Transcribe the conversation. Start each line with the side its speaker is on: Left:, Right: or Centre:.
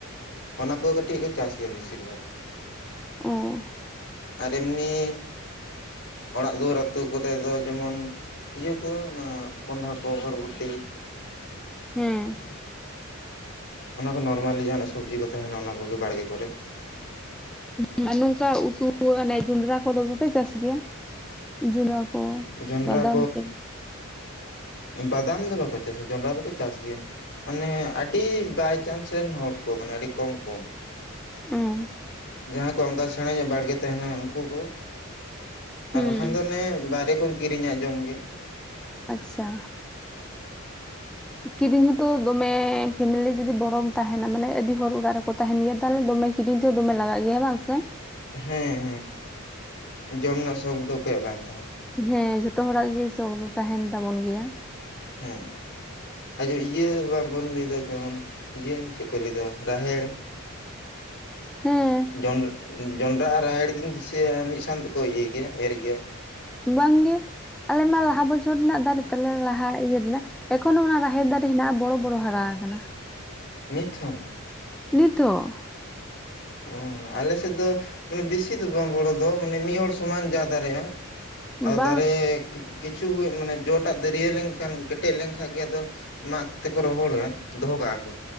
Left: ᱚᱱᱟ ᱠᱚ ᱠᱟᱹᱴᱤᱡ ᱠᱚ ᱪᱟᱥ ᱜᱮᱭᱟ ᱵᱮᱥᱤᱨ ᱵᱷᱟᱜᱽ᱾
Centre: ᱚᱸᱻ᱾
Left: ᱟᱨ ᱮᱢᱱᱤ ᱚᱲᱟᱜ ᱫᱩᱣᱟᱹᱨ ᱟᱛᱩ ᱠᱚᱨᱮ ᱫᱚ ᱡᱮᱢᱚᱱᱼᱼ ᱤᱭᱟᱹ ᱠᱚ ᱚᱱᱟ ᱠᱚᱸᱰᱷᱟ ᱠᱚ ᱵᱚᱨᱵᱚᱴᱤ᱾
Centre: ᱦᱮᱸ᱾
Left: ᱚᱱᱟ ᱠᱚ ᱱᱚᱨᱢᱟᱞᱤ ᱡᱟᱦᱟᱸ ᱱᱟᱜ ᱥᱚᱵᱽᱡᱤ ᱠᱚ ᱛᱟᱦᱮᱱᱟ ᱚᱱᱟ ᱠᱚᱜᱮ ᱵᱟᱲᱜᱮ ᱠᱚᱨᱮ᱾
Centre: ᱩᱸ ᱟᱨ ᱱᱩᱝᱠᱟ ᱩᱛᱩ ᱚᱱᱮ ᱡᱩᱱᱰᱨᱟ ᱠᱚᱫᱚ ᱵᱟᱯᱮ ᱪᱟᱥ ᱜᱮᱭᱟ? ᱡᱩᱱᱰᱨᱟ ᱠᱚ
Left: ᱡᱚᱱᱰᱨᱟ
Centre: ᱵᱟᱫᱟᱢ ᱠᱚ᱾
Left: ᱩᱸ ᱵᱟᱫᱟᱢ ᱫᱚ ᱵᱟᱠᱚ ᱪᱟᱥᱟ ᱡᱚᱱᱰᱨᱟ ᱫᱚᱠᱚ ᱪᱟᱥ ᱜᱮᱭᱟ ᱢᱟᱱᱮ ᱟᱰᱤ ᱵᱟᱭᱼᱼ ᱪᱟᱱᱥ ᱨᱮᱱ ᱦᱚᱲ ᱠᱚ ᱢᱟᱱᱮ ᱟᱹᱰᱤ ᱠᱚᱢ ᱠᱚ᱾
Centre: ᱚᱸᱻ᱾
Left: ᱡᱟᱦᱟᱸ ᱠᱚ ᱚᱝᱠᱟ ᱥᱮᱬᱟ ᱧᱚᱜ ᱵᱟᱲᱜᱮ ᱛᱟᱦᱮᱱᱟ ᱩᱱᱠᱩ ᱠᱚ
Centre: ᱦᱩᱸ
Left: ᱟᱨ ᱵᱟᱠᱷᱟᱱ ᱫᱚ ᱚᱱᱮ ᱵᱟᱨᱮ ᱠᱷᱚᱱᱼᱼ ᱠᱤᱨᱤᱧᱟᱜ ᱡᱚᱢ ᱜᱮ᱾
Centre: ᱟᱪᱪᱷᱟ᱾ ᱠᱤᱨᱤᱧ ᱦᱚᱸᱛᱚ ᱫᱚᱢᱮ ᱯᱷᱮᱢᱮᱞᱤ ᱡᱩᱫᱤ ᱵᱚᱲᱚᱢ ᱛᱟᱦᱮᱱᱟ ᱢᱟᱱᱮ ᱟᱹᱰᱤ ᱦᱚᱲ ᱚᱲᱟᱜ ᱨᱮᱠᱚᱼᱼ ᱛᱟᱦᱮᱸᱱ ᱜᱮᱭᱟ ᱛᱟᱦᱚᱞᱮ ᱫᱚᱢᱮ ᱠᱤᱨᱤᱧ ᱛᱮᱦᱚ ᱫᱚᱢᱮ ᱞᱟᱜᱟᱜ ᱜᱮᱭᱟ ᱵᱟᱝ ᱥᱮ?
Left: ᱦᱮᱸ ᱦᱮᱸ ᱡᱚᱢ ᱨᱮᱱᱟᱜ ᱥᱚᱠ ᱫᱚ ᱚᱠᱚᱭᱟᱜ ᱵᱟᱝ ᱛᱟᱦᱮᱱᱟ᱾
Centre: ᱦᱮᱸ ᱡᱷᱚᱛᱚ ᱦᱚᱲᱟᱜ ᱜᱮ ᱥᱚᱠ ᱫᱚ ᱛᱟᱦᱮᱱ ᱛᱟᱵᱚᱱ ᱜᱮᱭᱟ᱾
Left: ᱦᱮᱸ᱾ ᱟᱡᱚ ᱤᱭᱟᱹ ᱵᱟᱵᱚᱱ ᱞᱟᱹᱭ ᱫᱟ ᱡᱮᱢᱚᱱ ᱤᱭᱟᱹ ᱪᱮᱜ ᱠᱚ ᱞᱟᱹᱭ ᱫᱟ ᱨᱟᱦᱮᱲ᱾
Centre: ᱦᱮᱸ᱾
Left: ᱡᱚᱱᱰ ᱡᱚᱱᱰᱨᱟ ᱟᱨ ᱨᱟᱦᱮᱲ ᱫᱩᱧ ᱫᱤᱥᱟᱹᱭᱟ ᱢᱤᱫ ᱥᱟᱝ ᱛᱮᱠᱚ ᱤᱭᱟᱹᱭ ᱜᱮᱭᱟ ᱮᱨ ᱜᱮᱭᱟ᱾
Centre: ᱵᱟᱝ ᱜᱮ, ᱟᱞᱮ ᱢᱟ ᱞᱟᱦᱟ ᱵᱚᱪᱷᱚᱨ ᱨᱮᱱᱟᱜ ᱫᱟᱨᱮ ᱛᱟᱞᱮ ᱞᱟᱦᱟ ᱤᱭᱟᱹ ᱨᱮᱱᱟᱜ᱾ ᱮᱠᱷᱚᱱᱳ ᱚᱱᱟ ᱨᱟᱦᱮᱲ ᱫᱟᱨᱮ ᱦᱮᱱᱟᱜᱼᱟ ᱵᱚᱲᱚ ᱵᱚᱲᱚ ᱦᱟᱨᱟ ᱟᱠᱟᱱᱟ᱾
Left: ᱱᱤᱛ‌ ᱦᱚᱸ᱾
Centre: ᱱᱤᱛ ᱦᱚᱸ᱾
Left: ᱚ ᱟᱞᱮᱥᱮᱫ ᱫᱚ ᱢᱟᱱᱮ ᱵᱮᱥᱤ ᱫᱚ ᱵᱟᱝ ᱵᱚᱲᱚ ᱫᱚ, ᱢᱟᱱᱮ ᱢᱤᱫ ᱦᱚᱲ ᱥᱚᱢᱟᱱ ᱡᱟ ᱫᱟᱲᱮᱭᱟᱜᱼᱟ᱾ ᱟᱫᱚ
Centre: ᱵᱟᱝ
Left: ᱫᱟᱨᱮ ᱠᱤ ᱠᱤᱪᱷᱩ ᱡᱚ ᱴᱟᱜ ᱫᱟᱹᱨᱭᱟᱹ ᱞᱮᱱᱠᱷᱟᱱ ᱠᱮᱴᱮᱡ ᱞᱮᱱᱠᱷᱟᱱ ᱜᱮ ᱟᱫᱚ, ᱢᱟᱜᱽ ᱛᱮᱠᱚ ᱨᱚᱦᱚᱲᱟ, ᱫᱚᱦᱚ ᱠᱟᱜᱼᱟ ᱠᱚ᱾